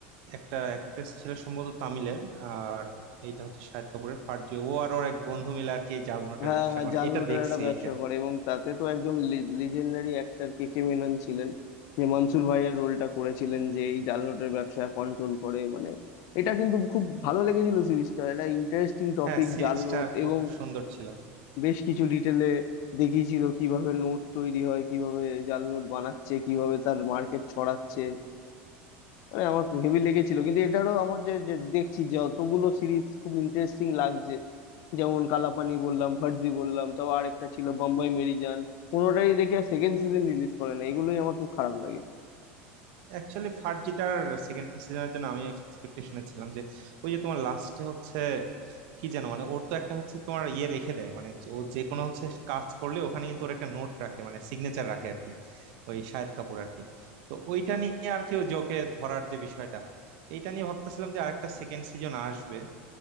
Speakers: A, on the right; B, on the left.
A: একটা অ্যাক্ট্রেস ছিল সম্ভবত তামিলের আর এইটা হচ্ছে শাহিদ কাপুরের ফার্জি ও আর ওর এক বন্ধু মিলে আর কি এই জাল নোটের
B: হ্যাঁ
A: ব্যবসা
B: হ্যাঁ
A: করে
B: জাল
A: এটা
B: নোটের
A: দেখছি
B: একটা ব্যবসা
A: এটা
B: করে এবং তাতে তো একদম legendary actor K K Menon ছিলেন যে মনসুর ভাইয়ের রোলটা করেছিলেন যে এই জাল নোটের ব্যবসা কন্ট্রোল করে মানে এটা কিন্তু খুব ভালো লেগেছিল সিরিজটা এটা ইন্টারেস্টিং টপিক
A: হ্যাঁ সিরিজটা
B: জাল নোট
A: খুব
B: এবং
A: সুন্দর ছিল
B: বেশ কিছু ডিটেলে দেখিয়েছিল কিভাবে নোট তৈরি হয় কিভাবে জাল নোট বানাচ্ছে কিভাবে তার মার্কেট ছড়াচ্ছে মানে আমার হেভি লেগেছিল কিন্তু এটারও আমার যে যে দেখছি যে অতগুলো সিরিজ খুব ইন্টারেস্টিং লাগছে যেমন কালাপানি বললাম ফার্জি বললাম তাও আরেকটা ছিল বম্বাই মেরিজান কোনোটাই দেখে সেকেন্ড সিজন রিলিজ করে না এগুলোই আমার খুব খারাপ লাগে
A: অ্যাকচুয়ালি ফার্জিটার সেকেন্ড সিজনের জন্য আমি এক্সপেকটেশনে ছিলাম যে ওই যে তোমার লাস্টে হচ্ছে কি যেন মানে ওর তো একটা হচ্ছে তোমার ইয়ে রেখে দেয় মানে ও যে কোনো হচ্ছে কাজ করলে ওখানে কিন্তু ওর একটা নোট রাখে মানে সিগনেচার রাখে আর কি ওই শাহিদ কাপুর আর কি তো ওইটা নিয়ে আর কি ওই যে ওকে ধরার যে বিষয়টা এইটা নিয়ে ভাবতেছিলাম যে আরেকটা সেকেন্ড সিজন আসবে